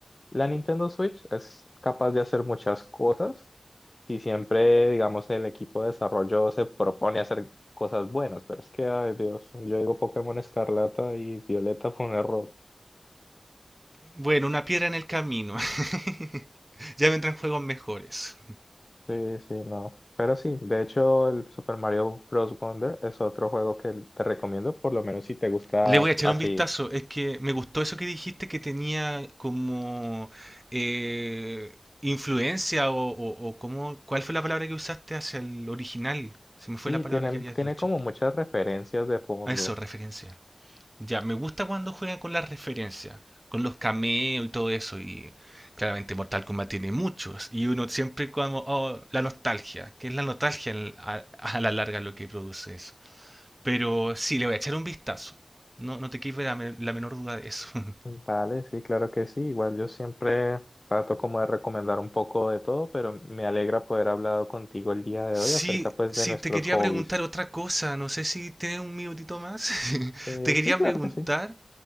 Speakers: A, on the left (about 40°); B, on the right (about 25°).
A: la Nintendo Switch es capaz de hacer muchas cosas si siempre, digamos, el equipo de desarrollo se propone hacer cosas buenas, pero es que, ay Dios, yo digo Pokémon Escarlata y Violeta fue un error.
B: Bueno, una piedra en el camino. <laughs> Ya vendrán juegos mejores.
A: Sí, sí, no. Pero sí, de hecho, el Super Mario Bros. Wonder es otro juego que te recomiendo, por lo menos si te gusta
B: Le voy a echar
A: así.
B: un vistazo. Es que me gustó eso que dijiste que tenía como eh, influencia o, o, o cómo- ¿cuál fue la palabra que usaste hacia el original? Se me
A: Sí,
B: fue la palabra
A: tienen,
B: que habías
A: tiene
B: dicho.
A: como muchas referencias de fondo.
B: Ah, Eso, referencia. Ya, me gusta cuando juegan con las referencias, con los cameos y todo eso. Y claramente Mortal Kombat tiene muchos. Y uno siempre como, oh, la nostalgia, que es la nostalgia en- a, a la larga lo que produce eso. Pero sí, le voy a echar un vistazo. No, no te quepa la, men- la menor duda de eso. <laughs>
A: Vale, sí, claro que sí. Igual yo siempre trato como de recomendar un poco de todo, pero me alegra poder hablado contigo el día de
B: Sí,
A: hoy acerca pues
B: sí,
A: de nuestros
B: te quería
A: hobbies.
B: preguntar otra cosa. No sé si tienes un minutito más. <laughs>
A: Eh,
B: Te quería
A: sí, claro
B: preguntar
A: que sí.